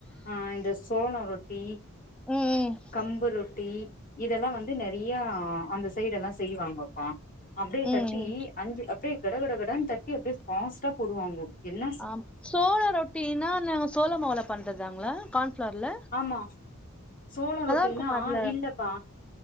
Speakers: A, on the left; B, in the centre.
A: ஆ இந்த சோளோ ரொட்டி
B: ம் ம்
A: கம்பு ரொட்டி இதெல்லா வந்து நெறைய அந்த சைடெல்லா செய்வாங்கப்பா அப்டியே
B: ம்
A: த ட்டி
B: ம்
A: அஞ்சு அப்டியே கட கட கடனு தட்டி அப்டியே ஃபாஸ்ட்டா போடுவாங்க எல்லா
B: ஆ சோள ரொட்டினா நாங்க சோளமாவுல பண்றதாங்ளா கான்பிளார்ல
A: ஆமா சோளோ ரொட்டினா
B: இருக்குமா அதுல
A: இல்லப்பா